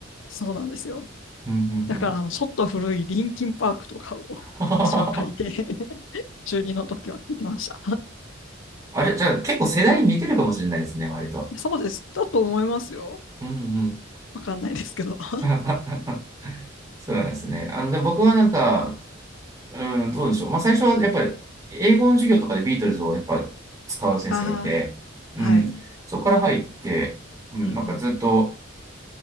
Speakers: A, on the left; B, on the right.
A: そうなんですよ。
B: うんうん
A: だから、あの、ちょっと古いリンキンパークとかを <laughs>
B: うん。
A: 私は借りて
B: <laughs>
A: <laughs>、中2の時は聞いてました。
B: あれ、じゃあ結構世代似てるかもしれないですね、割と。
A: <laughs> そうです。だと思いますよ。
B: うんうん。
A: わかんないですけど。<laughs>
B: <laughs> そうなんですね。あの、で、僕はなんか、うん、どうでしょう。まあ、最初はやっぱり、英語の授業とかでビートルズをやっぱ使う先生がいて、
A: ああ、はい。
B: うん、そこから入って、うん、
A: うん
B: なんかずっと、